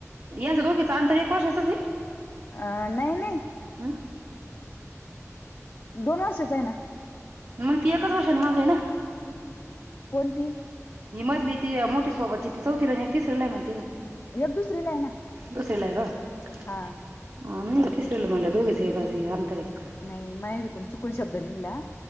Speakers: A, on the right; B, on the left.
A: यां दोघीच अंतर एक वर्षाचचं आहे.
B: अ नाही नाही.
A: हम्
B: दोन वर्षच आहे ना.
A: मग ती एकच वर्षाने माग आहे ना.
B: कोणती?
A: ही मधली ती मोठी सोबत ति ती चौथीला आणि एक तिसरीलाय म्हणते ना.
B: एक दुसरीला आहे ना
A: दुसरीला आहे ग.
B: हा
A: ह नाही तिसरेला म्हणलं दोघेच एकाच अंतर आहे.
B: नाही मा चुकून शब्द निघला.